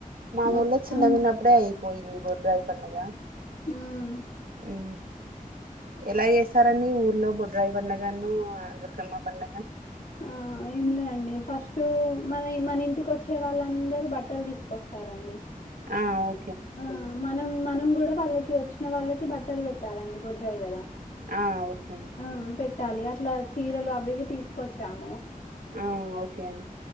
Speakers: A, on the right; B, on the left.
A: మా
B: మొత్తం
A: ఊర్లో చిన్నగాన్నప్పుడే అయిపోయింది బొడ్రాయీ పండగా
B: హ్మ్
A: ఉ ఎలా చేస్తారండి ఊర్లో బొడ్రాయి పండగను దుర్గమ్మ పండగ
B: ఆ ఏం లే అండి ఫస్ట్ మన మన ఇంటికి వచ్చే వాళ్ళందరూ బట్టలు తీసుకొస్తారండి
A: ఆ ఓ
B: ఆ మనం మనం కూడా వాళ్ళకి వచ్చిన వాళ్ళకి బట్టలు పెట్టాలండి బుడ్రాయి కదా
A: ఆ ఓకే అండి
B: ఆ పెట్టాలి అట్లా చీరలు అవి ఇవి తీసుకొచ్చాము
A: ఆ ఓకే అండి